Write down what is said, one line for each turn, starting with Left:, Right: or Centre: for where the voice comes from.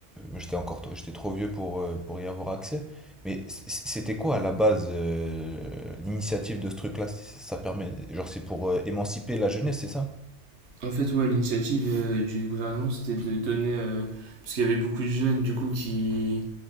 Centre: j'étais encore trop- j'étais trop vieux pour, euh, pour y avoir accès. Mais c- c'était quoi à la base euh, l'initiative de ce truc-là? c- Ça permet... Genre c'est pour euh, émanciper la jeunesse, c'est ça?
Right: En fait, ouais, l'initiative euh, du gouvernement, c'était de donner. euh, parce qu'il y avait beaucoup de jeunes, du coup, qui,